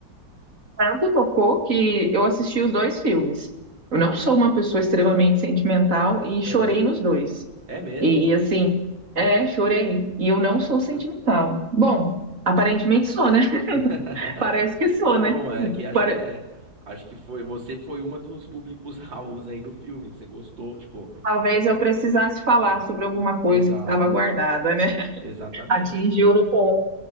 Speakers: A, on the right; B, on the right.
A: Tanto tocou que eu assisti os dois filmes. Eu não sou uma pessoa extremamente sentimental e chorei
B: É.
A: nos dois.
B: É mesmo?
A: E, e assim, é, chorei. E eu não
B: Caraca.
A: sou sentimental. Bom, aparentemente sou, né? <laughs>
B: <laughs>
A: Parece que sou,
B: Não,
A: né?
B: é que acho
A: Pare-
B: que é. Acho que foi. Você foi uma dos públicos-alvos <laughs> aí do filme. Você gostou, tipo.
A: Talvez eu precisasse falar sobre alguma coisa
B: Exato,
A: que estava guardada, né? <laughs>
B: exatamente.
A: Atingiu no ponto.